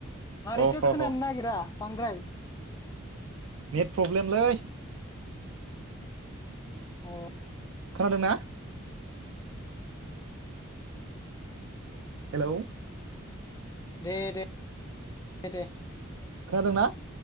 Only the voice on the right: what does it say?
अ ह
ह
नेट प्रब्लेमलै
खोनादोंना हेलौ
खोनादोंना